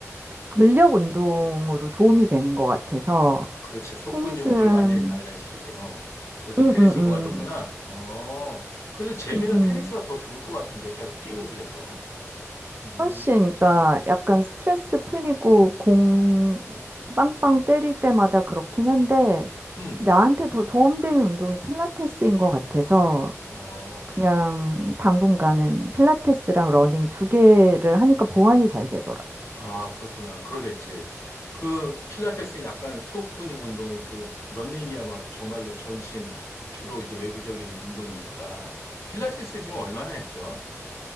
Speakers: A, on the right; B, on the left.
A: 근력 운동으로 도움이 되는 것 같아서
B: 그치. 속근육을
A: 테니스는
B: 완전히 단련시키지. 어. 그래서
A: 음,
B: 테니스를
A: 음,
B: 그만뒀구나.
A: 음,
B: 어. 그래도 재미는
A: 음.
B: 테니스가 더 좋을 것 같은데. 계속 뛰고 그래서. 음.
A: 훨씬 그러니까 약간 스트레스 풀리고 공 빵빵 때릴 때마다 그렇긴 한데
B: 음.
A: 나한테 더 도움되는 운동이 필라테스인 것 같아서
B: 어.
A: 그냥 당분간은 필라테스랑 러닝 두 개를 하니까 보완이 잘 되더라고요.
B: 아, 그렇구나. 그러겠지. 그 필라테스는 약간 속근육 운동이고 러닝이야 막 정말로 전신 주로 이제 외부적인 운동이니까. 필라테스 지금 얼마나 했어?